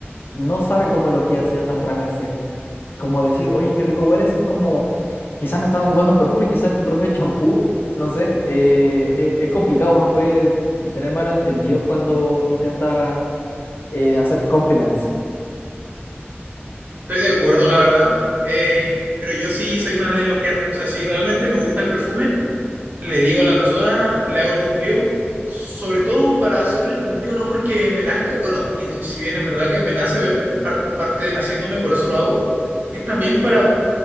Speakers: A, on the left (about 55°); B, on the right (about 45°).
A: no sabe cómo elogiar cierta fragancia. Como decir, oye, qué rico hueles, es como quizás no estás ocupando un perfume, quizás tu propio <laughs> champú. No sé, eh, es, es complicado, uno puede tener malos entendidos cuando intenta eh, hacer compliments.
B: Estoy de acuerdo, la verdad. Eh, pero yo sí soy más de elogiar. O sea, si realmente me gusta el perfume, le digo a la persona, le hago el cumplido. Sobre todo para hacerle el cumplido, no porque me nazca. Bueno, que si bien es verdad que me nace, obviamente, par- parte de naciéndome, por eso lo hago. Es también para